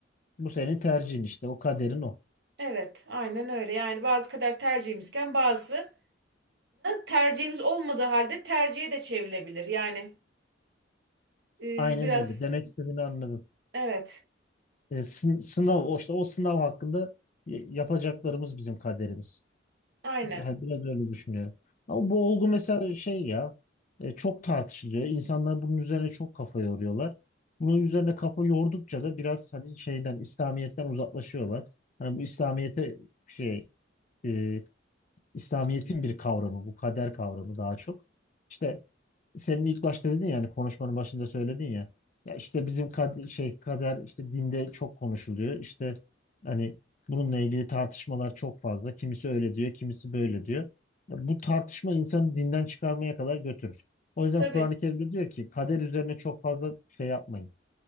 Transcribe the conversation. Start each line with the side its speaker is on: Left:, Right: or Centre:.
Left: Bu senin tercihin işte o kaderin o.
Right: evet aynen öyle. Yani bazı kader tercihimizken bazısını tercihimiz olmadığı halde tercihe de çevrilebilir. Yani e,
Left: Aynen
Right: biraz
Left: öyle. Demek istediğini anladım.
Right: evet
Left: E, sın- sınav, o işte o sınav hakkında y- yapacaklarımız bizim kaderimiz.
Right: aynen
Left: Yani biraz öyle düşünüyorum. Ama bu olgu mesela şey ya e, çok tartışılıyor. İnsanlar bunun üzerine çok kafa yoruyorlar. Bunun üzerine kafa yordukça da biraz hani şeyden İslamiyet'ten uzaklaşıyorlar. Hani bu İslamiyet'e şey e, İslamiyet'in bir kavramı bu kader kavramı daha çok. İşte senin ilk başta dedin yani konuşmanın başında söyledin ya. Ya işte bizim kad şey kader işte dinde çok konuşuluyor. İşte hani bununla ilgili tartışmalar çok fazla. Kimisi öyle diyor, kimisi böyle diyor. Ya bu tartışma insanı dinden çıkarmaya kadar götürür. O yüzden
Right: tabii.
Left: Kur'an-ı Kerim'de diyor ki kader üzerine çok fazla şey yapmayın.